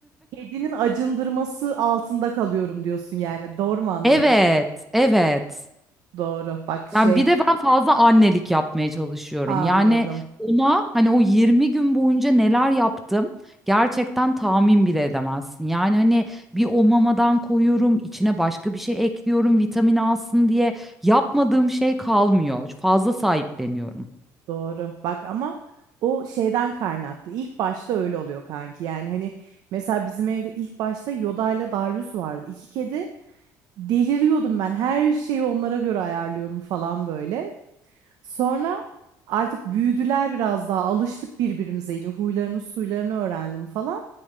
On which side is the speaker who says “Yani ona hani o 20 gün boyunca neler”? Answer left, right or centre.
Centre